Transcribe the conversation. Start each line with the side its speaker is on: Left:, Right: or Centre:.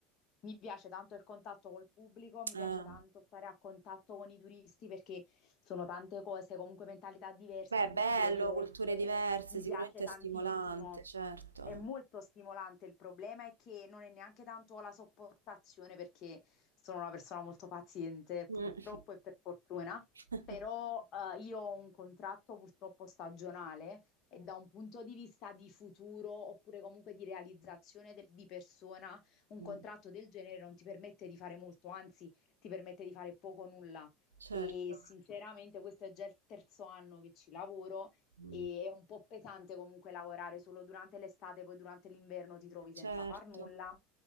Left: mi piace tanto il contatto col pubblico, mi
Right: eh.
Left: piace tanto stare a contatto con i turisti perché sono tante cose, comunque mentalità diverse,
Right: Beh, è
Left: culture
Right: bello,
Left: diverse.
Right: culture diverse,
Left: Mi
Right: sicuramente
Left: piace tantissimo.
Right: è stimolante, certo.
Left: È molto stimolante, il problema è che non è neanche tanto la sopportazione perché sono una persona molto paziente,
Right: Mm.
Left: purtroppo e per fortuna,
Right: <laughs>
Left: però eh, io ho un contratto purtroppo stagionale e da un punto di vista di futuro oppure comunque di realizzazione del- di persona, un
Right: Mm.
Left: contratto del genere non ti permette di fare molto, anzi ti permette di fare poco o nulla.
Right: Certo.
Left: E sinceramente questo è già il terzo anno che ci lavoro.
Right: Mm.
Left: E è un po' pesante comunque lavorare solo durante l'estate, poi durante l'inverno ti trovi
Right: Certo.
Left: senza far nulla.